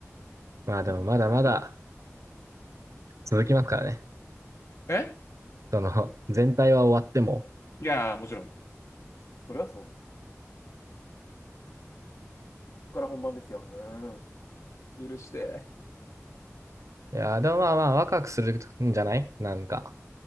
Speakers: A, on the right; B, on the left.
A: まあでもまだまだ続きますからね。
B: え
A: その、<laughs> 全体は終わっても。
B: いやー、もちろん。それはそう。ここから本番ですよ。うん。許して。
A: いや、でもまあまあ、ワクワクするんじゃないなんか、